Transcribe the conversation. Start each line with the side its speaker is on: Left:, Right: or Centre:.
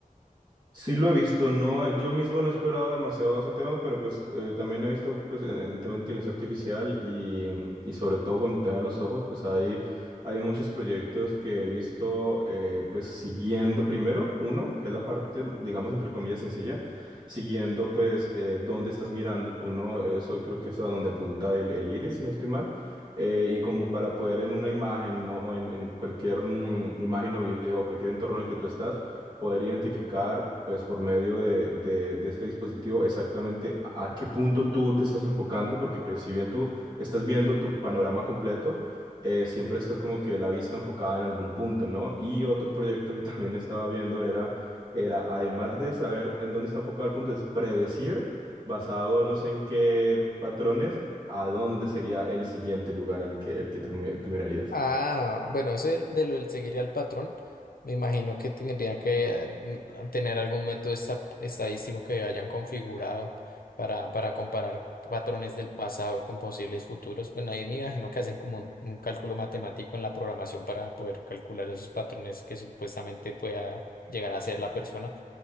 Right: Sí lo he visto, no, yo mismo no he explorado demasiado ese tema, pero pues eh, también he visto pues en, en tema de inteligencia artificial y, mm, y sobre todo con el tema de los ojos, pues hay, hay muchos proyectos que he visto eh, pues siguiendo primero, uno, que es la parte, mm, digamos, entre comillas, sencilla, siguiendo pues eh, dónde estás mirando tú, ¿no? Eso creo que es a donde apunta el, el iris, si no estoy mal. eh, y como para poder en una imagen, ¿no? En, en cualquier mm, imagen o video o cualquier entorno en el que tú estás poder identificar, pues por medio de, de, de este dispositivo, exactamente a qué punto tú te estás enfocando, porque si bien tú estás viendo tu panorama completo, eh, siempre estás como que la vista enfocada en algún punto, ¿no? Y otro proyecto que <laughs> también estaba viendo era, era además de saber en dónde está enfocado el punto, es predecir, basado no sé en qué patrones, a dónde sería el siguiente lugar al que, el que tú, mi- tú mirarías.
Left: Ah, bueno, eso del- de lo del seguir al patrón, me imagino que tendría que eh, mm, tener algún método esta- estadístico que hayan configurado para, para comparar patrones del pasado con posibles futuros. Bueno, ahí me imagino que hacen como un, un cálculo matemático en la programación para poder calcular esos patrones que supuestamente pueda llegar a ser la persona.